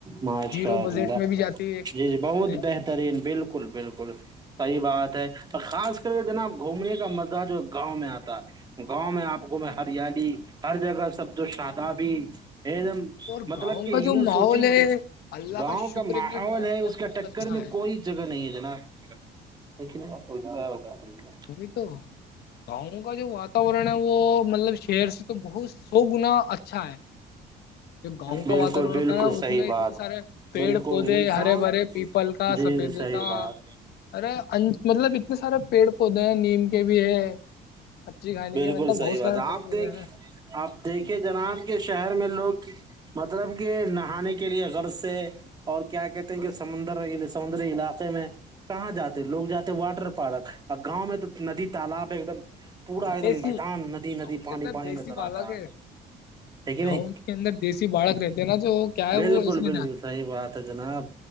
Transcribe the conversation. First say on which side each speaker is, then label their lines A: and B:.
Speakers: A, on the right; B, on the left.
A: ماشاء
B: زیرو
A: اللہ
B: بجٹ میں بھی جاتی ہے ایک
A: جی جی بہت
B: ٹرپ
A: بہترین بالکل بالکل صحیح بات ہے خاص کر کے جناب گھومنے کا مزہ جو گاؤں میں آتا گاؤں میں آپ کو میں ہریالی ہر جگہ سب جو شاداب ایک دم
B: اور
A: مطلب
B: گاؤں
A: کہ
B: کا جو ماحول
A: سوچے
B: ہے
A: کہ
B: اللہ
A: گاؤں
B: شکر
A: کا ماحول
B: ہے کہ جو گاؤں
A: ہے اس
B: ماحول
A: کا
B: بہت
A: ٹکر
B: اچھا
A: میں
B: ہے
A: کوئی جگہ نہیں ہے نا لیک نہیں
B: نہیںی تو گاؤں کا جو واتورن ہے وہ مطلب شہر سے تو بہت سو گنا اچھا ہے <inaudible> جو گاؤں کا
A: بالکل
B: واتاورن
A: بالکل
B: ہوتا ہے نا اس
A: صحیح
B: میں
A: بات
B: اتنے سارے پیڑ
A: بالکل
B: پودے
A: انسان
B: ہرے بھرے پیپل
A: جی
B: سفیدے
A: صحیح
B: کا
A: بات
B: ارے ان مطلب اتنے سارے پیڑ پیڑ پودے ہیں نیم کے بھی ہے اچھی کھانے
A: بالکل
B: کے مطلب
A: صحیح
B: بہت سارے
A: بات آپ
B: پیڑ پودے
A: دیکھ
B: ہیں
A: آپ دیکھے
B: جی
A: جناب کے شہر میں لوگ مطلب کہ نہانے کے کے لیے غر سے اور کیا کہتے ہیں کہ سمندر سمندری علاقے میں کہاں جاتے لوگ جاتے واٹر پارک اور گاؤں میں تو ندی تالاب ایک دم پورا ایک
B: دیسی
A: دم میدان ندی ندی
B: گاؤں
A: پانی
B: کے اندر
A: پانی
B: دیسی
A: نظر
B: بالک
A: آتا ہے ہے کہ
B: گاؤں
A: نہیں
B: اندر دیسی بالک رہتے نا جو کیا ہے
A: بالکل
B: وہ اس میں
A: بالکل
B: نہ
A: صحیح بات ہے جناب